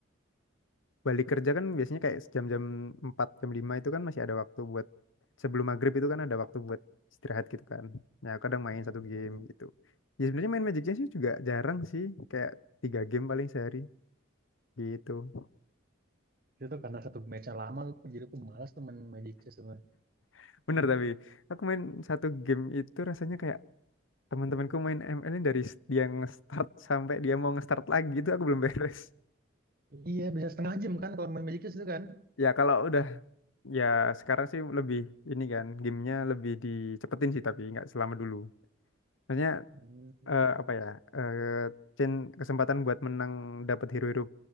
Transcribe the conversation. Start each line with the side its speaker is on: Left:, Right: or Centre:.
Left: balik kerja kan biasanya kayak jam-jam 4 jam 5 itu kan masih ada waktu buat sebelum maghrib itu kan ada waktu buat istirahat gitu kan nah kadang main
Right: Hmm.
Left: satu game gitu ya sebenarnya main Magic Johnson juga jarang sih kayak tiga game paling sehari gitu
Right: Itu tuh karena satu matchnya lama, jadi aku malas tuh main magic chess mas.
Left: <laughs> bener tapi aku main satu game itu rasanya kayak teman-temanku main ML ini dari s- dia nge-start sampai dia mau nge-start lagi itu aku belum beres
Right: Iya, bisa setengah jam kan kalau main magic chess itu kan?
Left: Ya kalau udah ya sekarang sih lebih ini kan gamenya lebih dicepetin sih tapi nggak selama dulu. Maksudnya
Right: Hmm.
Left: eh, apa ya eh, chan- kesempatan buat menang dapat hero-hero